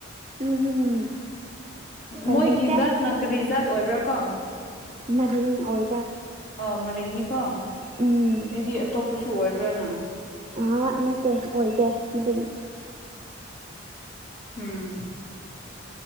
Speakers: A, on the right; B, on the left.
A: ꯎꯝ ꯎꯄꯥꯏ
B: ꯃꯣꯏ
A: ꯂꯩꯇꯦ
B: ꯒꯤꯖꯥꯠ ꯅ ꯀꯔꯤ ꯖꯥꯠ ꯑꯣꯏꯕ꯭ꯔꯥ ꯀꯣ
A: ꯃꯔꯤꯡ ꯑꯣꯏ
B: ꯑꯣ ꯃꯔꯤꯡꯅꯤꯀꯣ ꯑꯩꯗꯤ
A: ꯎꯝ
B: ꯑꯇꯣꯞꯄꯁꯨ ꯁꯨ ꯑꯣꯏꯕ꯭ꯔꯅ
A: ꯑꯥ ꯅꯠꯇꯦ ꯑꯣꯏꯗꯦ ꯃꯔꯤꯡ
B: ꯎꯝ